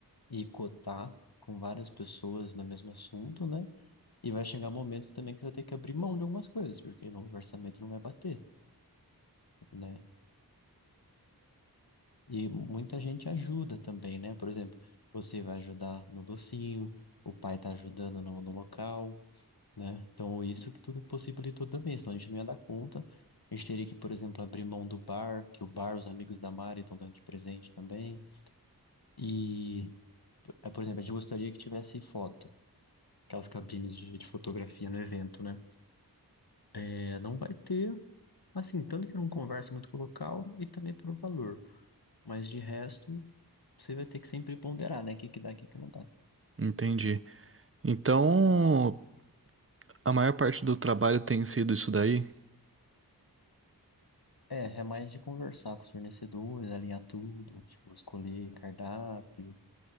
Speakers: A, on the left; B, on the right.
A: e cotar com várias pessoas no mesmo assunto, né? E vai chegar momentos também que você vai ter que abrir mão de algumas coisas, porque no orçamento não vai bater, né? E muita gente ajuda também, né? Por exemplo, você vai ajudar no docinho, o pai tá ajudando no no local. né? Então, isso que tudo possibilitou também, senão a gente não ia dar conta. A gente teria que, por exemplo, abrir mão do bar, que o bar, os amigos da Mari estão dando de presente também. E, eh, por exemplo, a gente gostaria que tivesse foto, aquelas cabines de, de fotografia no evento, né? Eh, não vai ter, assim, tanto que não conversa muito com o local e também pelo valor. Mas de resto, você vai ter que sempre ponderar, né? O que que dá, o que que não dá.
B: entendi. Então, a maior parte do trabalho tem sido isso daí?
A: É, é mais de conversar com os fornecedores, alinhar tudo, tipo, escolher cardápio.